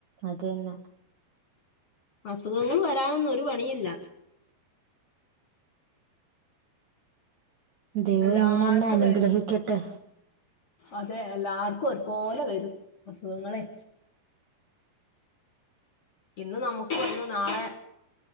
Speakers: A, on the right; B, on the left.
A: അതന്നെ
B: അസുഖങ്ങള് വരാനൊന്നും ഒരു പണിയില്ല
A: ദൈവം
B: എല്ലാർക്കും
A: ഇങ്ങനെന്നെ അനുഗ്രഹിക്കട്ടെ
B: വരും അതെ എല്ലാർക്കും ഒരുപോലെ വരും അസുഖങ്ങളെ ഇന്ന് നമ്മക്ക് വന്ന് നാളെ